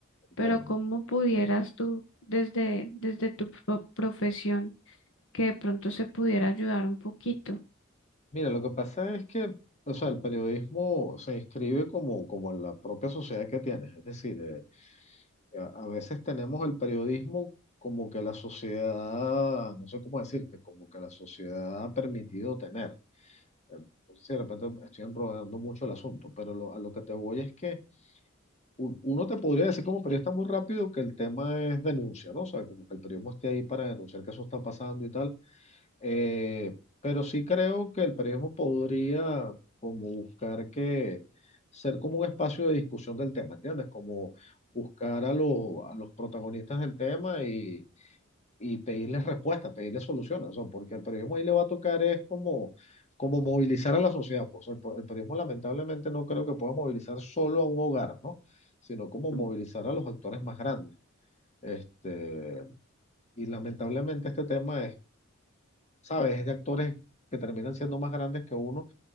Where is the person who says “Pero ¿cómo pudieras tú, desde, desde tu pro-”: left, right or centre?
Left